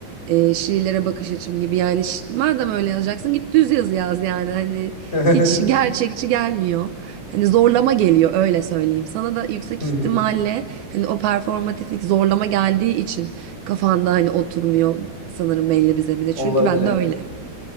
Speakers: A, on the right (about 75°); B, on the left (about 15°).
A: eee, şiirlere bakış açım gibi yani şi- madem öyle yazacaksın git düz yazı yaz yani hani
B: <laughs>
A: hiç gerçekçi
B: Hı
A: gelmiyor. Hani zorlama geliyor öyle söyleyeyim. Sana da yüksek
B: hı,
A: ihtimalle hani o performatiflik zorlama geldiği için kafanda hani oturmuyor sanırım belli bir zemine. Çünkü
B: Olabilir.
A: ben de öyle.